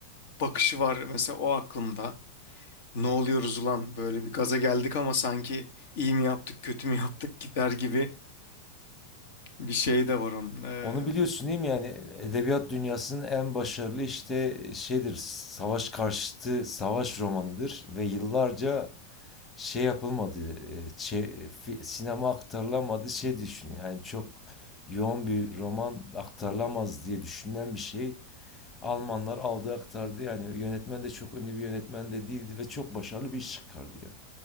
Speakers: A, on the left; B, on the left.
A: bakışı var mesela o aklımda. Ne oluyoruz ulan böyle bir gaza geldik ama sanki iyi mi yaptık kötü mü yaptık gider gibi bir şey de var onun. Ee,
B: Onu biliyorsun değil mi yani edebiyat dünyasının en başarılı işte şeydir savaş karşıtı savaş romanıdır ve yıllarca şey yapılmadı, e, sinema aktarılamadı şey düşünüyor. Yani çok yoğun bir roman aktarılamaz diye düşünülen bir şey Almanlar aldı aktardı yani yönetmen de çok ünlü bir yönetmen de değildi ve çok başarılı bir iş çıkardı ya.